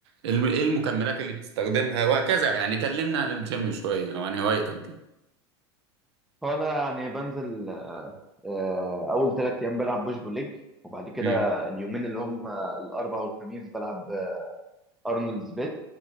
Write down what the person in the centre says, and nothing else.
فانا يعني بنزل آه، اول ثلاث ايام بلعب بوش بول ليج وبعد كده
اليومين اللي هم الاربعاء والخميس بلعب ارنولدز بيت